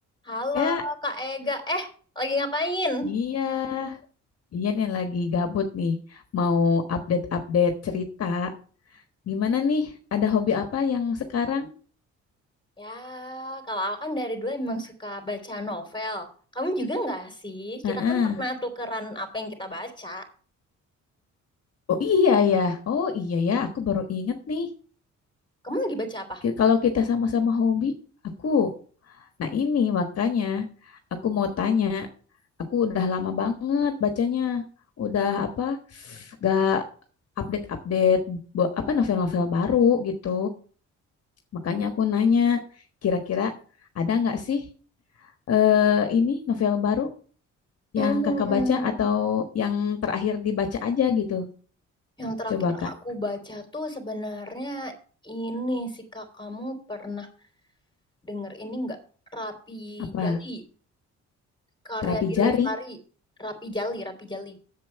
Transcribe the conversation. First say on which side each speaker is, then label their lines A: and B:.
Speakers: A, on the left; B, on the left.
A: Halo
B: Kak,
A: Kak Ega, eh lagi ngapain?
B: iya iya nih lagi gabut nih, mau update-update cerita. Gimana nih, ada hobi apa yang sekarang?
A: Ya, kalau aku kan dari dulu emang suka baca novel. Kamu juga nggak sih?
B: Heeh.
A: Kita kan pernah tukeran apa yang kita baca.
B: Oh iya ya, oh iya ya, aku baru inget nih.
A: Kamu lagi baca apa?
B: Ki- Kalau kita sama-sama hobi, aku, nah ini makanya aku mau tanya, aku udah lama banget bacanya, udah apa, <sighs> gak update-update bu- apa novel-novel baru gitu. Makanya aku nanya, kira-kira ada nggak sih eh, ini novel baru
A: Hmm,
B: yang kakak baca atau yang terakhir dibaca aja gitu?
A: yang terakhir
B: Coba kak,
A: aku baca tuh sebenarnya ini sih Kak, kamu pernah denger ini nggak? Rapi
B: apa?
A: Jali, karya
B: Terapi
A: di
B: jari.
A: Lestari. Rapi Jali, Rapi Jali.